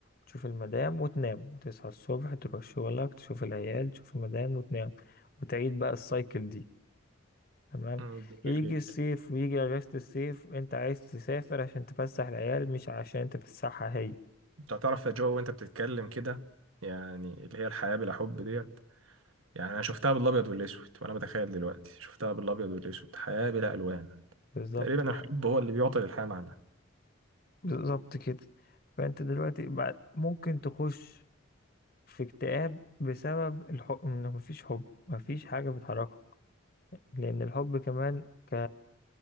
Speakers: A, on the left; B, on the right.
A: تشوف المدام وتنام وتصحى الصبح تروح شغلك تشوف العيال تشوف المدام وتنام وتعيد بقى السايكل دي تمام
B: امم جميل
A: يجي
B: جدا
A: الصيف ويجي اجازة الصيف انت عايز تسافر عشان تفسح العيال مش عشان تفسحها هي
B: انت هتعرف يا جو وانت بتتكلم كده يعني اللي هي الحياة بلا حب ديت يعني انا شفتها بالابيض والاسود وانا بتخيل دلوقتي شفتها بالابيض والاسود حياة بلا الوان
A: بالظبط
B: تقريبا الحب هو اللي بيعطي للحياة معنى
A: بالظبط كده فانت دلوقتي بعد ممكن تخش في اكتئاب بسبب الحب انه مفيش حب مفيش حاجة بتحركك لان الحب كمان ك